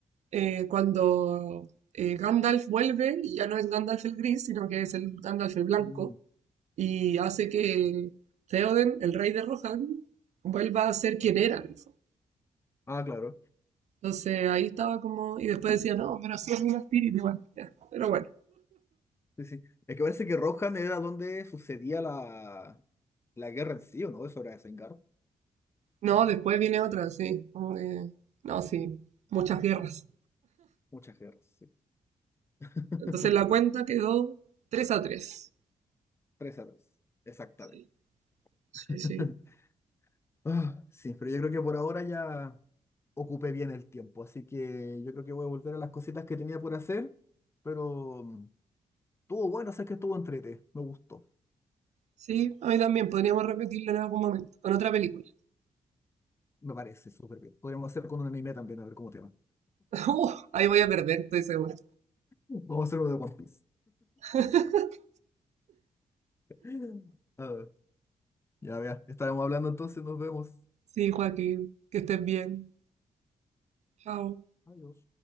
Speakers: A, on the right; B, on the left.
A: eh, cuando eh, Gandalf vuelve y ya no es Gandalf el gris, sino que es el Gandalf el blanco
B: Mm.
A: y hace que Theoden, el rey de Rohan, vuelva a ser quien era. en el fondo.
B: Ah, claro.
A: Entonces ahí estaba como, y después decía, no, pero sí es Minas Tirith igual. ya. Pero bueno.
B: Sí, sí. Es que parece que Rohan era donde sucedía la, la guerra en sí, ¿o no? Eso era Isengard.
A: No, después viene otra, sí. como que- no, sí. Muchas guerras.
B: Muchas guerras, sí. <laughs>
A: Entonces la cuenta quedó 3 a 3.
B: 3 a tres Exactamente.
A: Sí, sí,
B: <laughs>
A: sí.
B: Ah, sí, pero yo creo que por ahora ya ocupé bien el tiempo, así que yo creo que voy a volver a las cositas que tenía por hacer, pero mm, estuvo bueno, sé que estuvo entrete, me gustó.
A: Sí, a mí también podríamos repetirla en algún momento, con otra película.
B: Me parece súper bien. Podríamos hacer con un anime también, a ver cómo te va.
A: <laughs> Uh, ahí voy a perder, estoy segura.
B: Vamos a hacer uno de One Piece.
A: <laughs>
B: <laughs> Ah, ya, vea. Estaremos hablando entonces, nos vemos.
A: Sí, Joaquín, que estés bien. Chao.
B: Adiós.